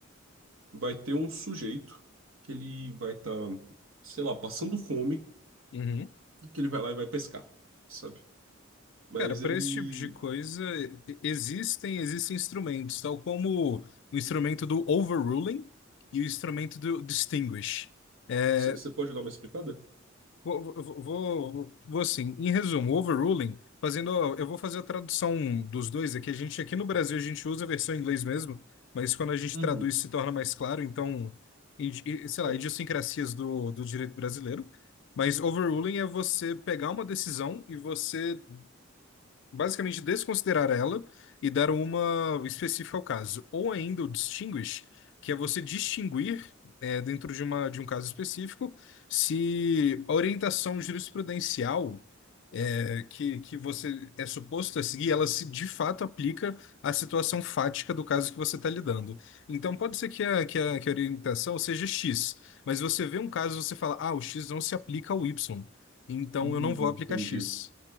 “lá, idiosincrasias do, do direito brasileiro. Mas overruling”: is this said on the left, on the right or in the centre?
Left